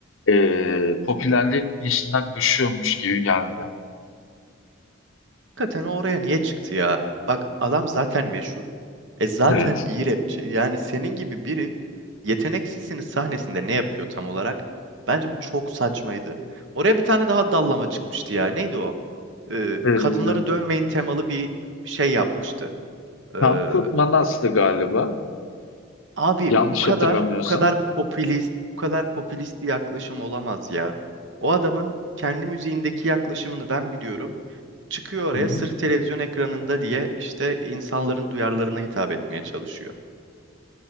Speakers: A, on the left; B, on the right.
A: eee popülerliğin peşinden koşuyormuş gibi geldi.
B: Hakikaten oraya niye çıktı ya? Bak adam zaten meşhur. E zaten
A: Evet.
B: iyi rapçi. Yani senin gibi biri yeteneksizsiniz sahnesinde ne yapıyor tam olarak? Bence bu çok saçmaydı. Oraya bir tane daha dallama çıkmıştı ya. Neydi o? Ee,
A: Eee
B: kadınları dövmeyin temalı bir şey yapmıştı. Ee,
A: Tankurt Manas'tı galiba.
B: abi
A: Yanlış
B: bu kadar,
A: hatırlamıyorsam.
B: bu kadar popülist, bu kadar popülist bir yaklaşım olamaz ya. O adamın kendi müziğindeki yaklaşımını ben biliyorum çıkıyor oraya
A: Hı hı.
B: sırf televizyon ekranında diye işte insanların duyarlarına hitap etmeye çalışıyor.